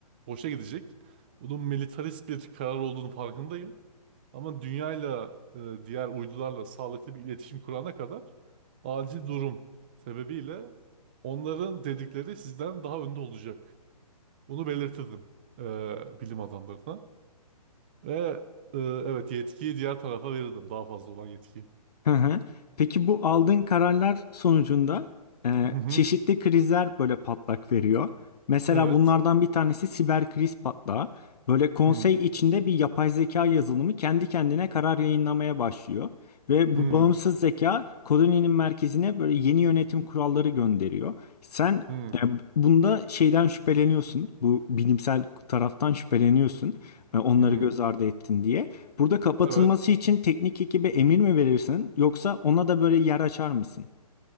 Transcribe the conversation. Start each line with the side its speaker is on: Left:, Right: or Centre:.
Right: boşa gidecek. Bunun militarist bir karar olduğunu farkındayım. Ama dünyayla, e, diğer uydularla sağlıklı bir iletişim kurana kadar acil durum sebebiyle onların dedikleri sizden daha önde olacak. Bunu belirtirdim e, bilim adamlarına. Ve e, evet yetkiyi diğer tarafa verirdim daha fazla olan yetkiyi.
Left: Hı hı. Peki bu aldığın kararlar sonucunda e,
Right: <laughs>
Left: çeşitli krizler böyle patlak veriyor. Mesela
Right: Evet.
Left: bunlardan bir tanesi siber kriz patlağı. Böyle konsey
Right: Hı,
Left: içinde bir yapay zeka yazılımı kendi kendine karar yayınlamaya başlıyor. Ve bu
Right: hı,
Left: bağımsız zeka koloninin merkezine böyle yeni yönetim kuralları gönderiyor. Sen
Right: hı,
Left: Yani bunda şeyden şüpheleniyorsun. Bu bilimsel taraftan şüpheleniyorsun. e, Onları
Right: hı.
Left: göz ardı ettin diye. Burada kapatılması
Right: Evet.
Left: için teknik ekibe emir mi verirsin yoksa ona da böyle yer açar mısın?